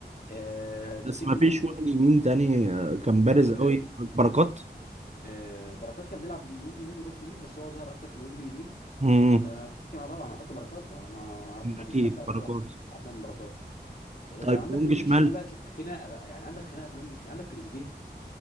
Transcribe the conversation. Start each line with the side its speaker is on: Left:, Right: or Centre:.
Left: أه تفتكر
Right: بس ما فيش
Left: نحط مين
Right: وينج يمين تاني آه، كان بارز
Left: آه، بر-
Right: قوي بركات
Left: آه، بركات كان بيلعب وينج يمين وباك يمين بس هو ظهر اكتر في الوينج اليمين
Right: م-
Left: آه، ممكن اه طبعا احط بركات آه، ما
Right: م.
Left: ما
Right: اكيد
Left: فيش حد اعتقد
Right: بركات
Left: احسن احسن من بركات آه،
Right: طيب
Left: عندك
Right: وينج
Left: في لونج
Right: شمال
Left: الشمال بقى ك- خناقه بقى يعني عندك خناقه في لونج الشمال عندك تريزيجيه